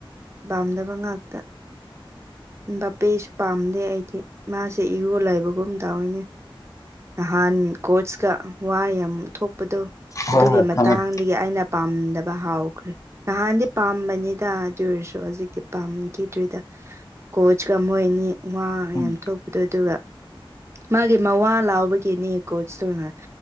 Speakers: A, on the right; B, on the left.
A: ꯄꯥꯝꯗꯕ ꯉꯥꯛꯇ ꯕꯄꯦꯁꯨ ꯄꯥꯝꯗꯦ ꯑꯩꯗꯤ ꯃꯥꯁꯦ ꯏꯔꯣ ꯂꯩꯕꯒꯨꯝ ꯇꯧꯏꯅꯦ ꯅꯍꯥꯟ ꯀꯣꯆꯀ ꯋꯥ ꯌꯥꯝ ꯊꯣꯛꯄꯗꯣ
B: ꯍꯣꯏ
A: ꯑꯗꯨꯒꯤ
B: ꯍꯣꯏ
A: ꯃꯇꯥꯡꯗ
B: ꯈꯪꯉꯦ
A: ꯒꯤ ꯑꯩꯅ ꯄꯥꯝꯗꯕ ꯍꯥꯎꯈ꯭ꯔꯦ ꯅꯍꯥꯟꯗꯤ ꯄꯥꯝꯕꯅꯤꯗ ꯑꯗꯨ ꯑꯣꯏꯔꯁꯨ ꯍꯧꯖꯤꯛꯇꯤ ꯄꯥꯝꯈꯤꯗ꯭ꯔꯣꯏꯗ ꯀꯣꯆꯀ ꯑꯣꯏꯅꯤ ꯋꯥ
B: ꯎꯝ
A: ꯌꯥꯝ ꯊꯣꯛꯄꯗꯣ ꯑꯗꯨꯒ ꯃꯥꯒꯤ ꯃꯋꯥ ꯂꯥꯎꯕꯒꯤꯅꯤ ꯀꯣꯆꯇꯨꯅ